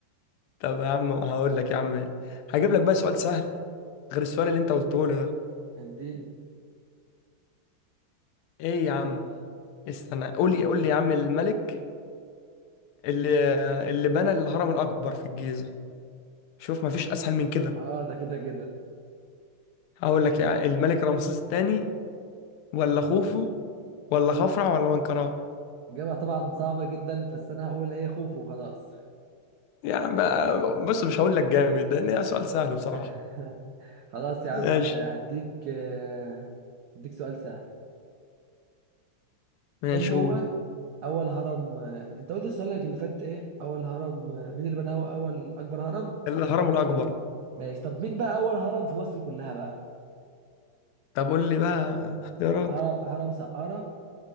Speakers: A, on the left; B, on the right.
A: طب يا عم هقول لك يا عم هجيب لك بقى سؤال سهل غير السؤال اللي انت قلته لي ده
B: اديني
A: ايه يا عم استنى قول لي قول لي يا عم الملك اللي اللي بنى الهرم الاكبر في الجيزة شوف ما فيش اسهل من كده
B: اه ده كده كده
A: هقول لك يا الملك رمسيس الثاني ولا خوفو ولا خفرع ولا منقرع
B: اجابة طبعا صعبة جدا بس انا هقول ايه خوف وخلاص
A: يعني ما- بص مش هقول لك جامد لان سؤال سهل بصراحة
B: <laughs> خلاص يا عم
A: ماشي
B: هديك آه، هديك سؤال سهل
A: ماشي
B: ايه هو
A: قول
B: اول هرم آه، انت قلت سؤالك اللي فات ايه اول هرم آه، مين اللي بنى أول, اول اكبر هرم
A: الهرم الأكبر
B: ماشي طب مين بقى اول هرم في مصر كلها بقى
A: طب قول لي بقى اختيارات
B: هرم هرم سقارة